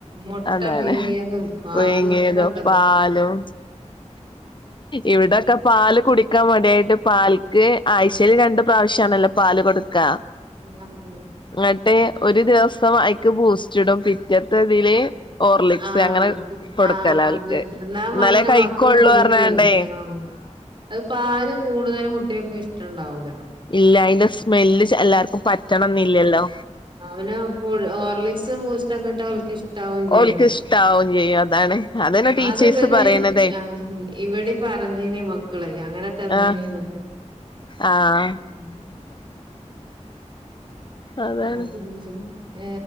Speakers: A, on the right; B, on the left.
A: മുട്ട
B: അതാണ്.
A: പീങ്ങിയതും പാലും
B: പുഴുങ്ങിയതും
A: ഒക്കെ ഉണ്ടല്ലോ
B: പാലും. ഇവിടെക്കെ പാല് കുടിക്കാൻ മടിയാ യിട്ട്. പാൽക്ക് ആഴ്ചയിൽ രണ്ട് പ്രാവശ്യണ ല്ലോ? പാല് കൊടുക്കാ.
A: <unintelligible>
B: എന്നിട്ട്, ഒരു ദിവസം അതിൽക്ക് ബൂസ്റ്റ് ഇടും. പിറ്റത്ത ഇതില് ഹോർലിക്സ്
A: ആഹ്,
B: അങ്ങനെ കൊടുക്കല
A: ആഹ്
B: അവൽക്ക്
A: അതന്നെ, എന്നാ
B: എന്നാലേ
A: മകന പിന്നെ
B: കഴിക്കൊള്ളൂ
A: മക്കള് കുടിക്കുവല്ലോ?
B: പറഞ്ഞാണ്ടേ
A: ആഹ് അത് പാല് കൂടുതലും കുട്ടികൾക് ഇഷ്ടം ഉണ്ടാവൂല.
B: ഇല്ല, അതിന്റെ സ്മെല്ല് എല്ലാവർക്കും പറ്റണം എന്നില്ല ല്ലോ?
A: ആഹ്, പിന്നെ ഹോർലിക്സ്, ബൂസ്റ്റൊ ക്കെ ട്ട ഓല്ക്ക് ഇഷ്ടാവും ചെയ്യും.
B: ഓൽക്ക് <unintelligible> അതന്നെ ടീച്ചേഴ്സ്
A: അത് ഇവല്,
B: പറയണതേ
A: ആഹ്, ഇവിടെ പറഞ്ഞിന് മക്കള് അങ്ങനെ തന്നീ
B: ആഹ്
A: നീന്ന്.
B: ആഹ്
A: <unintelligible>
B: അതാണ്
A: അത് <unintelligible> ഏ